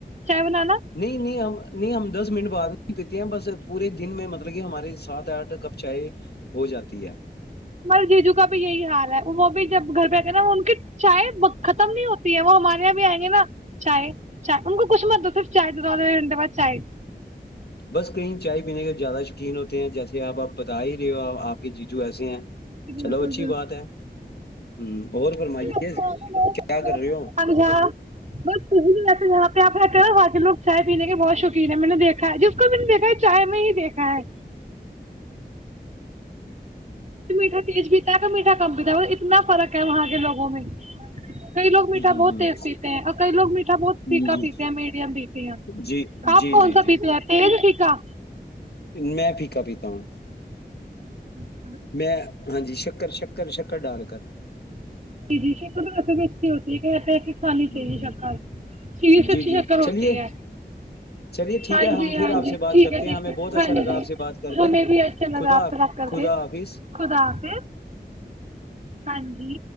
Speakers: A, on the right; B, on the left.
A: چائے بنانا
B: نہیں نہیں ہم نہیں ہم دس منٹ بعد پیتی ہیں بس پورے دن میں مطلب کہ ہماراری سات آٹھ کپ چائے ہو جاتی ہے
A: مل جیجو کا بھی یہی حال ہے وہ وہ بھی ج گھر پہ آئ گے نا ان کی چائے ختم نہیں ہوتی ہے وہ ہمارے یہاں بھی آئیں گے نا چائے چائے ان کو کچھ مت تو صرف چائے دو دو دوے گھنٹے بعد چائے
B: بس کہیں چائے پینے کے زیادہ شیقین ہوتے ہیں جیسے آپ آپ بتا ہی رہے ہو آپ کے جیجو ایسے ہیں
A: جی
B: چلو
A: بالکل
B: اچھی بات ہے ہ اور فرمائیے
A: بالکل
B: کیا کر رہے ہو
A: ج بس بھی یہاں پہ آپ رہتے ہیں نا وہاں سے لوگ چائے پینے کے بہت شوقین ہے میں نے دیکھا ہے جس کو میں نے دیکھا ہے چائے میں ہی دیکھا ہے میٹھا تیز پیتا ہے کہ میٹھا کم پیتا ہے اتنا فرق ہے وہاں کے لوگوں میں کئی لوگ میٹھا
B: ہوں ہوں
A: بہت
B: ہوں
A: تیز پیتے ہیں اور کئی لوگ میٹھا بہت
B: جی
A: پکا پیتے ہیں میڈیم پیتے ہیں
B: جی
A: آپ
B: جی
A: کون
B: جی
A: سا
B: جی
A: پیتے ہیں تیز ھا
B: میں پھیکا پیتا ہوں
A: کیا
B: میں ہاں جی شکر شکر شکر کا ڈال کر
A: جی جی ش کس ا ہوتی ہے کہتے ہیں کہ کھانی چاہیے
B: ہوں ہوں
A: شکر چیز اچھی
B: جی
A: شکر
B: جی
A: ہوتی
B: چلیے
A: ہے
B: چلیے ٹھیک
A: ہاں
B: ہے
A: جی
B: ہم پھر
A: ہاں
B: آپ
A: جی
B: سے بات
A: ٹھیک
B: کرتے
A: ہے ٹھیک
B: ہیں ہمیں
A: ہے
B: بہت
A: ہاں
B: اچھا
A: جی
B: لگا آپ سے بات کر
A: ہمیں
B: کر
A: بھی اچھا لگا
B: خدا
A: آفط رکھ کر
B: خدا
A: کے
B: حافظ
A: خداف ہاں جی